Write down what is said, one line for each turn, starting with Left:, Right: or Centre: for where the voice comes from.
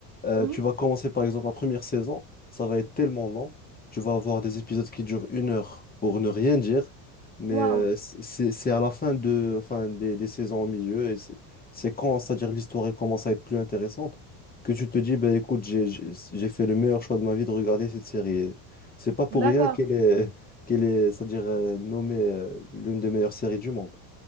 Left: Euh,
Right: Mhm.
Left: tu vas commencer, par exemple, la première saison, ça va être tellement long. Tu vas avoir des épisodes qui durent une heure pour ne rien dire, mais
Right: Waouh,
Left: euh, c'est c'est- c'est à la fin de, enfin, des, des saisons au milieu, et c'est c'est quand, c'est-à-dire, l'histoire elle commence à être plus intéressante, que tu te dis, ben écoute, j'ai j'ai- j'ai fait le meilleur choix de ma vie de regarder cette série. C'est pas pour
Right: d'accord.
Left: rien qu'elle est, qu'elle est, c'est-à-dire euh, nommée euh, l'une des meilleures séries du monde.